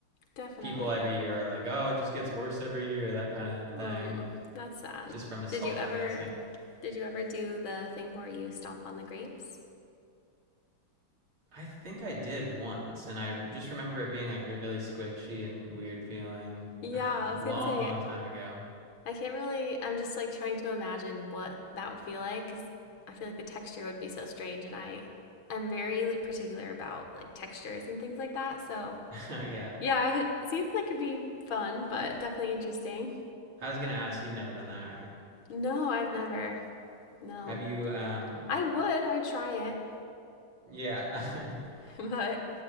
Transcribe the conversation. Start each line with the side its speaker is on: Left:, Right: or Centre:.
Left: definitely.
Right: people every year are like, oh, it just gets worse every year, that kind of thing,
Left: Hmm. That's sad.
Right: just from nostalgia,
Left: Did you ever
Right: I'm guessing.
Left: did you ever do the thing where you stomp on the grapes?
Right: I think I did once, and I just remember it being like really squishy and weird feeling.
Left: Yeah,
Right: Um,
Left: I was
Right: long,
Left: gonna say
Right: long time ago.
Left: I can't really. I'm just like trying to imagine what that would feel like because I feel like the texture would be so strange, and I I'm very like, particular about like textures and things like that. So
Right: <laughs> yeah.
Left: yeah, it seems like it'd be fun, but definitely interesting.
Right: I was gonna ask. You've never done that, right?
Left: No, I've never. No,
Right: Have you? Um,
Left: I would. I'd try it,
Right: yeah, <laughs>
Left: <laughs> but